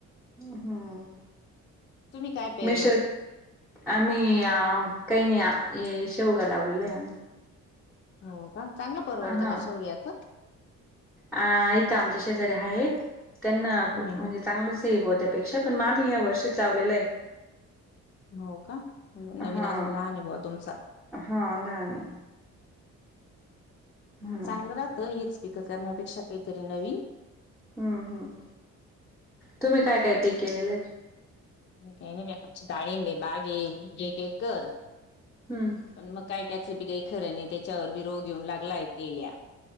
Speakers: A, in the centre; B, on the left (about 40°).
A: हम्म
B: तुम्ही काय पेरलं?
A: मेशर आम्ही काही नाही शेवगा लावलेलं आहे आम्ही.
B: हो का चांग परवडतं
A: हा
B: का शेवग्याच?
A: अ इथ आमच्या शेजऱ्या आहेत त्यांना
B: हम्म
A: म्हणजे
B: हम्म.
A: चांगलं से <unintelligible> ब हो त्या्यापेक्षा पण मा मी या वर्षी लावलेलं आहे.
B: हो का, नवीन
A: हा
B: अजून लहान बा तुमचा
A: हा लहान आहे म्हणून
B: चांगलं राहत, हेच पिकं करण्यापेक्षा काहीतरी नवीन
A: हम्म हम्म, तुम्ही काय काय पीक केलेलं?
B: ी काही नाही ब डाळिंब बागे जे एक ऐकर
A: हम्म
B: पण मग काय त्याच बी काही खरं नाही, त्याच्यावर बी रोग येऊन लागलाय तेल्या